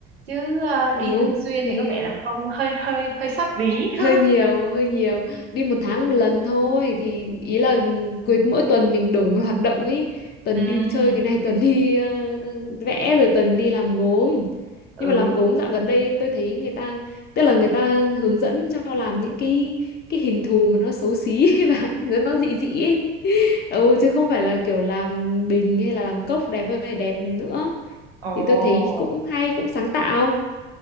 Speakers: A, on the right; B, on the left.
A: chứ ờ, đi
B: ừ
A: thường xuyên
B: thì
A: thì có vẻ là không hơi hơi hơi xót ví <laughs>
B: hơi nhiều hơi nhiều đi một tháng một lần thôi thì ý là cuối mỗi tuần mình đổi một hoạt động ý tuần
A: Ừ.
B: đi chơi cái này <laughs> tuần đi ờ, vẽ rồi tuần đi làm gốm
A: ừ
B: nhưng mà làm gốm dạo gần đây tôi thấy người ta tức là người ta hướng dẫn cho làm những cái cái hình thù mà nó xấu xí <laughs> và nó nó dị dị ấy. ừ chứ không phải là kiểu làm bình hay là làm cốc đẹp ơi là đẹp nữa
A: ồ
B: thì tôi thấy cũng hay cũng sáng tạo